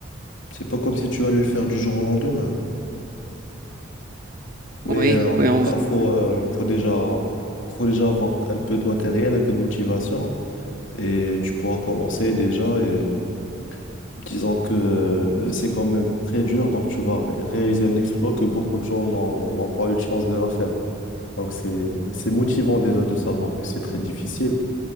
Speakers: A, on the left; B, on the right.
A: c'est pas comme si tu allais le faire du jour au lendemain. Mais
B: Oui,
A: euh, en
B: oui,
A: tout
B: on-
A: cas, faut, euh, faut déjà, faut déjà avoir un peu de matériel, un peu de motivation. Et tu pourras commencer déjà. Et euh, disons que euh, c'est quand même très dur, donc tu vas ré- réaliser un exploit que beaucoup de gens n'ont n'ont pas eu de chance de la faire. Donc c'est, c'est motivant déjà de savoir que c'est très difficile